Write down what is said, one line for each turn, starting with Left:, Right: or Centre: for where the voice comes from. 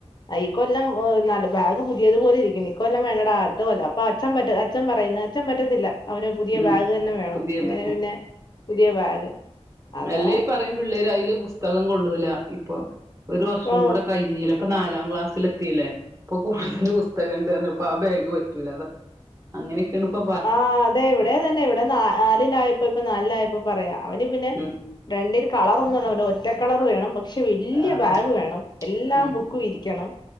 Left: അയ് ഇക്കൊല്ലം വ് ന്നാല് ബാഗ് പുത്യേത് പോലെ ഇരിക്ക്ണ്. ഇക്കൊല്ലം വേണ്ടടാ അട്ത്ത കൊല്ലം അപ്പ അച്ചം പറ്റേ അച്ഛൻ പറയിന്ന് പറ്റത്തില്ല അവന് പുതിയ
Right: ഉം
Left: ബാഗ് തന്നെ വേണം.
Right: പുതിയ
Left: അങ്ങനെ
Right: ബ
Left: പിന്നെ പുതിയ ബാഗ്. അതാ
Right: അല്ല ഈ പറയും പിള്ളേര് അയില് പുസ്തകം കൊള്ളൂല ഇപ്പൊ ഒരു വർഷം
Left: ആ
Right: കൂടെ കൈഞ്ഞിലേ. പ്പ നാലാം ക്ലാസ്സിലത്തീലെ ഇപ്പൊ <unintelligible> പുസ്തകണ്ട് പർഞ്ഞ് പ്പോ ആ ബേഗ് പറ്റൂല അതാ. അങ്ങനെക്കേണ് പ്പ
Left: ആഹ് അതെ ഇവടെ അതന്നെ ഇവടെ നാ നാലിലാ ഇപ്പ നലിലായപ്പോ പറയാ അവന് പിന്നെ
Right: ഉം
Left: ഫ്രണ്ടിൽ കളറൊന്നും <unintelligible> ഒറ്റ കളറ് വേണം. പക്ഷെ വല്ല്യേ
Right: ആഹ്
Left: ബാഗ്
Right: ആഹ്
Left: വേണം. എല്ലാ
Right: ഉം
Left: ബുക്കും ഇരിക്കണം.